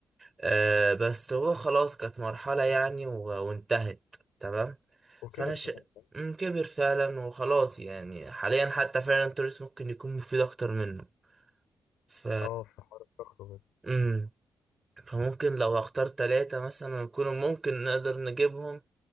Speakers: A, on the right; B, on the left.
A: آه بس هو خلاص كانت مرحله يعني و- وانتهت تمام
B: وكبر
A: فانا ش...
B: كمان فاهم؟
A: مم، كبر فعلا وخلاص يعني حاليا حتى فعلا توريس ممكن يكون مفيد اكتر منه ف
B: اه في حوار الضغط وكده
A: مم. فممكن لو هختار ثلاثة مثلا يكونوا ممكن نقدر نجيبهم